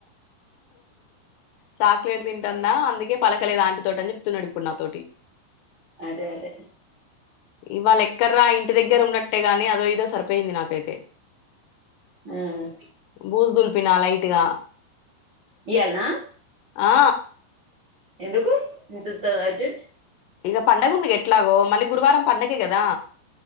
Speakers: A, on the left (about 80°); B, on the right (about 75°).
A: చాక్లేెట్ తింటన్నా అందు గే పలకలేదు ఆంటి తోటి అని చెప్తున్నాడు ఇప్పుడు నా తోటి
B: అదే అదే
A: ఇవాళ ఎక్కడ్రా ఇంటి దగ్గర ఉన్నట్ అట్టే గానీ అదో ఇదో సరిపోయింది నాకైతే
B: మ్మ్
A: బుజ్ దులిపిన లై ఇగ
B: ఇయల్న
A: ఆ
B: ఎందుకు ఇంత త అజేట్
A: ఇక పండగ ఉందిగా ఎట్లాగో మళ్ళీ గురువారం పండగే కదా